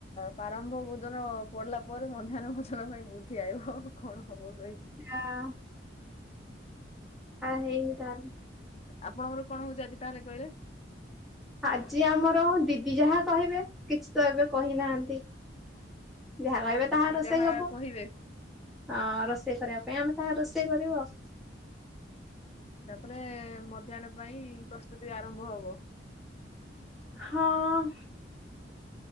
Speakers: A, on the left (about 35°); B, in the centre.
A: ପାରମ୍ଭ ଭୋଜନ ପଡିଲା ପରେ ମଧ୍ୟାହ୍ନ ଭୋଜନ ପାଇଁ ବୁଦ୍ଧି ଆଇବ ଅ ହଁ କଣ ହବ କଇବି
B: ଆଁ ହେଇନି ତାହେଲେ
A: ଆପଣଙ୍କର କଣ ହଉଚି ଆଜି ତାହେଲେ କହିଲେ?
B: ଆଜି ଆମର ଦିଦି ଯାହା କହିବେ କିଛି ତ ଏବେ କହିନାହାନ୍ତି - ଯାହା କହିବେ ତାହା
A: ଦିଦି
B: ରୋଷେଇ
A: ଯାହା
B: ହବ
A: କହିବେ
B: ଅ ରୋଷେଇ କରିବା ପାଇଁ ଆମେ ତାହା ରୋଷେଇ କରିବୁ ଆଉ।
A: ତାପରେ ମଧ୍ୟାହ୍ନ ପାଇଁ ପ୍ରସ୍ତୁତି ଆରମ୍ଭ ହବ -
B: ହଁ ଅ